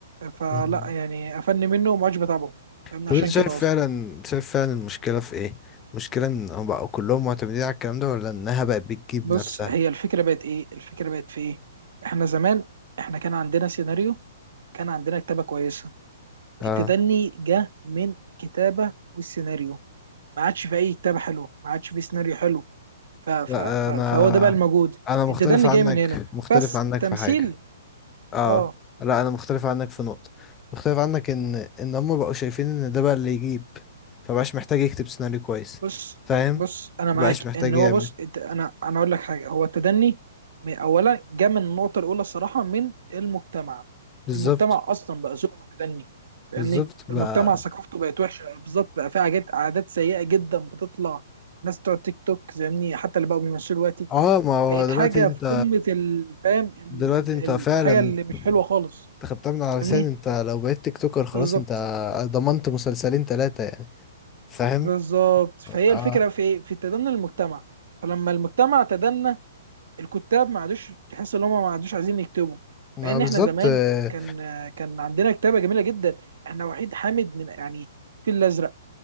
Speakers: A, on the right; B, on the left.
A: فلا
B: مم.
A: يعني قفلني منه وما عادش بتابعه فاهمني
B: طب
A: عشان
B: انت شايف
A: كده أصلا
B: فعلا شايف فعلا المشكله في ايه المشكله ان هم بقوا كلهم معتمدين على الكلام ده ولا انها بقت بتجيب
A: بص
B: نفسها
A: هي الفكرة بقت إيه الفكرة بقت في إيه إحنا زمان إحنا كان عندنا سيناريو كان عندنا كتابة كويسة
B: اه
A: التدني جه من كتابة والسيناريو ما عادش في أي كتابة حلوة ما عادش في سيناريو حلو ف ف
B: لا
A: ف
B: انا
A: فهو ده بقى الموجود
B: انا مختلف
A: الديدان اللي
B: عنك
A: جاي من هنا
B: مختلف
A: بس
B: عنك
A: تمثيل
B: في حاجه اه
A: اه
B: لا انا مختلف عنك في نقطة مختلف عنك ان ان هم بقوا شايفين ان ده بقى اللي يجيب فبقاش محتاج يكتب سيناريو كويس
A: بص
B: فاهم
A: بص انا
B: مبقاش
A: معاك
B: مم. محتاج
A: ان هو
B: يعمل
A: بص إنت- انا انا اقول لك حاجه هو التدني م- اولا جه من النقطه الاولى الصراحه من المجتمع
B: بالظبط
A: المجتمع اصلا بقى ذوق متدني فاهمني
B: بالظبط بقى
A: المجتمع ثقافته بقت وحشه بالظبط بقى في حاجات عادات سيئه جدا بتطلع الناس بتوع تيك توك فاهمني حتى اللي بقوا بيمثلوا دلوقتي
B: اه ما هو
A: بقت
B: دلوقتي
A: حاجه
B: انت
A: في قمه الفهم
B: دلوقتي
A: الحاجه
B: انت فعلا
A: اللي مش حلوه خالص
B: انت خدتها من على
A: فاهمني
B: لسان انت لو بقيت تيك توكر خلاص
A: بالظبط
B: انت ضمنت مسلسلين ثلاثة يعني فاهم
A: بالظبط فهي
B: اه
A: الفكره في ايه؟ في تدني المجتمع فلما المجتمع تدنى الكتاب ما عادوش تحس ان هم ما عادوش عايزين يكتبوا
B: ما
A: مع ان
B: بالظبط
A: احنا زمان
B: اه
A: كان كان عندنا كتابه جميله جدا احنا وحيد حامد من يعني الفيل الازرق